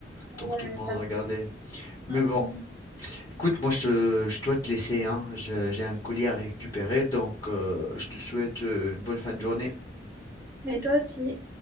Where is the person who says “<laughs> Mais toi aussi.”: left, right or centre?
Right